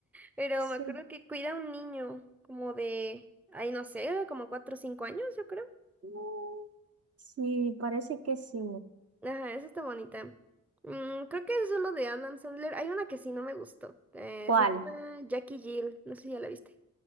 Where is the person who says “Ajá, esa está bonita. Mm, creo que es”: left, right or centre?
Centre